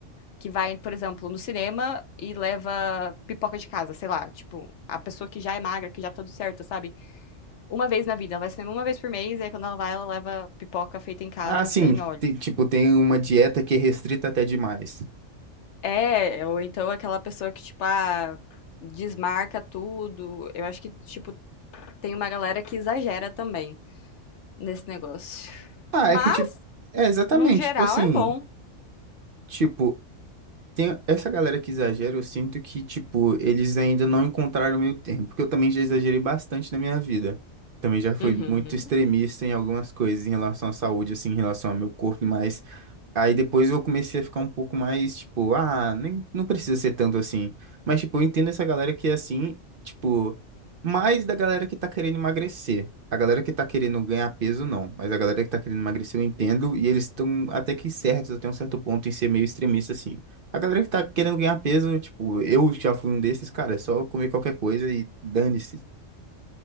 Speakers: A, on the left; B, on the right.
A: que vai, por exemplo, no cinema e leva pipoca de casa, sei lá. Tipo, a pessoa que já é magra, que já tá tudo certo, sabe? Uma vez na vida, ela vai ao cinema uma vez por mês, e aí quando ela vai, ela leva pipoca feita em casa
B: Ah, sim,
A: sem óleo.
B: te- tipo, tem uma dieta que é restrita até demais.
A: É, ou então aquela pessoa que, tipo, ah, desmarca tudo. Eu acho que, tipo, tem uma galera que exagera também nesse negócio.
B: Ah,
A: Mas,
B: é que tipo, é exatamente,
A: no geral,
B: tipo assim,
A: é bom.
B: tipo, Tem essa galera que exagera, eu sinto que, tipo, eles ainda não encontraram o meio termo, porque eu também já exagerei bastante na minha vida. Também já fui
A: Uhum.
B: muito extremista em algumas coisas em relação à saúde, assim, em relação ao meu corpo, mas aí depois eu comecei a ficar um pouco mais, tipo, ah, nem, não precisa ser tanto assim. Mas, tipo, eu entendo essa galera que é assim, tipo, mais da galera que tá querendo emagrecer. A galera que tá querendo ganhar peso, não. Mas a galera que tá querendo emagrecer, eu entendo, e eles estão até que certos, até um certo ponto, em ser meio extremista, assim. A galera que tá querendo ganhar peso, tipo, eu já fui um desses, cara, é só comer qualquer coisa e dane-se.